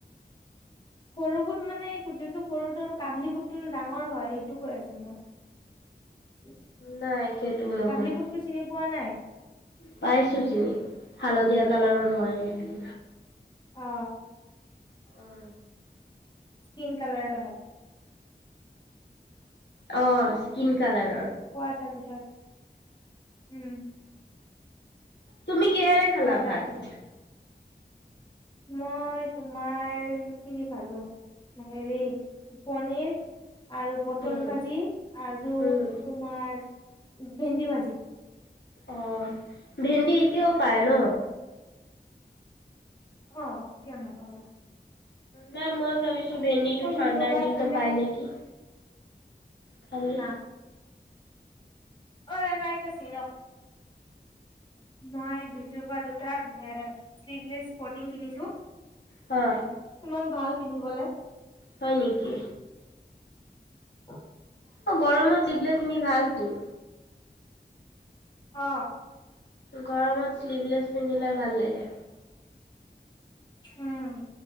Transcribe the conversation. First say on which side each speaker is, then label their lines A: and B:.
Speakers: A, on the left; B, on the left.
A: সৰু বুত মানে যোনটো সৰুটোৰ কাবলি বুটটো ডাঙৰ হয় সেইটো কৈ আছো মই
B: নাই সেইটো নহয়
A: কাবলি বুটটো চিনি পোৱা নাই,
B: পাইছো চিনি হালধীয়া কালাৰৰ হয় সেইটো
A: অ
B: অহ
A: স্কিন কালাৰ হয়
B: অ স্কিন কালাৰ
A: কোৱা তাৰ পিছত উম
B: তুমি কিহেৰে খালা
A: কোৱা তাৰপিছত
B: ভাত?
A: মই তোমাৰ কি কি খালো হেৰি পনীৰ আৰু পটল
B: উম
A: ভাজি আৰু
B: উম
A: তোমাৰ ভেন্দি ভাজি
B: আহ ভেন্দি এতিয়াও পায় ন,
A: অহ কিয় না পাবা?
B: না মই ভাবিছো- ভেন্দিটো ঠাণ্ডাৰ
A: ভিতৰ পৰা
B: দিন
A: দুটা
B: ত পায় নেকি? খালি
A: না অঐ আইত আছে ৰ মই ভিটৰ পৰা দুটা শ্লিভলেছ‌ ইছপৰ্টিং কিনিছো।
B: হা
A: ইমান ভাল পিন্ধিবলে
B: হয় নেকি?
A: অ
B: অ গৰমত চিভলেছ ভাল তো,
A: অ
B: গৰমত শ্লিভলেছ পিন্ধিলে ভাল লাগে
A: উম